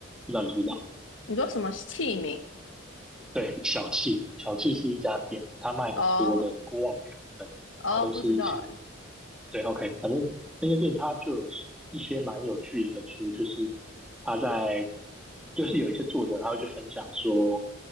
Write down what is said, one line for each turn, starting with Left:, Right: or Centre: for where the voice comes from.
Centre: 不知道你知不知道？
Left: 你说什么器皿？
Centre: 对，小气，小气是一家店，它卖很多的锅碗瓢盆，
Left: 哦哦，
Centre: 然后都是一些
Left: 不知道哎，
Centre: 对，OK，反正那间店它就有一些蛮有趣的书，就是他在就是有一些作者他会去分享说